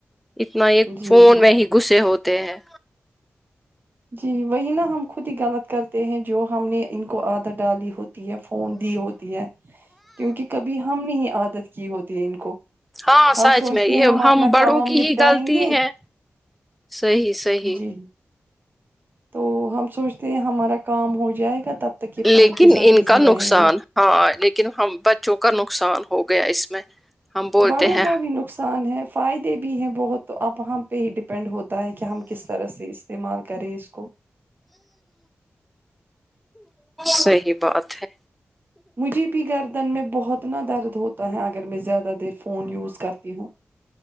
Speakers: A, in the centre; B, on the right.
A: اتنا ایک
B: جی
A: فون
B: جی
A: میں ہی گھسے ہوتے ہیں
B: جی وہی نہ ہم خود ہی غلط کرتے ہیں جو ہم نے ان کو عادت ڈالی ہوتی ہے فون دی ہوتی ہے کیونکہ کبھی ہم نہیں عادت کی ہوتی ہے ان کو
A: ہاں
B: ہم
A: سچ
B: سوچتے
A: میں یہ
B: ہیں اپنا
A: ہم بڑوں
B: کام
A: کی
B: نپٹائیں
A: ہی غلطی
B: گے
A: ہے صیح صیح
B: جی تو ہم سوچتے ہیں ہمارا کام ہو جائے گا تب تک یہ
A: لیکن
B: فون کے ساتھ
A: ان
B: بزی
A: کا نقصان
B: رہیں گے
A: ہاں لیکن ہم بچوں کا نقصان ہو گیا اس میں ہم بولتے
B: بڑوں
A: ہیں
B: کا بھی نقصان ہے فائدے بھی ہیں بہت تو اب ہم پہ ہی ڈپینڈ ہوتا ہے کہ ہم کس طرح سے استعمال کرے اس کو
A: صحی بات ہے
B: مجھے بھی گردن میں بہت نہ درد ہوتا ہے اگر میں زیادہ فون یوز کرتی ہوں